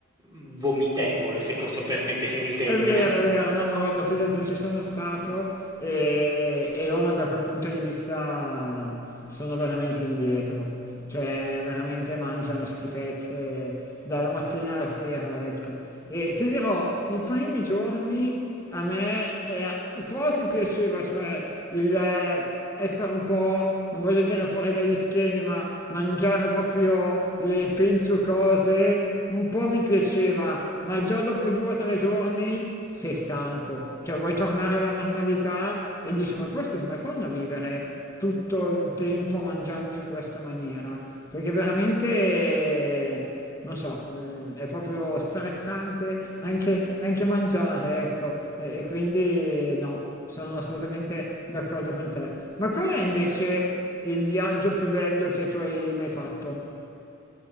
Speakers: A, on the right; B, on the left.
A: vomitevole, se posso permettermi il termine.
B: È vero, è vero, no, ma guarda, fidati, ci sono stato e, e ora da quel punto di vista sono veramente indietro, cioè veramente mangiano schifezze dalla mattina alla sera, ecco. E ti dirò, i primi giorni a me è- quasi piaceva, cioè il essere un po', non voglio dire fuori dagli schemi, ma mangiare proprio le peggio cose, un po' mi piaceva, ma già dopo due o tre giorni sei stanco, cioè vuoi tornare alla normalità e dici ma questi come fanno a vivere tutto il tempo mangiando in questa maniera? Perché veramente... eh, Non so, mm, è proprio stressante anche, anche mangiare, ecco, e e quindi no, sono assolutamente d'accordo con te. Ma qual è invece il viaggio più bello che tu hai mai fatto?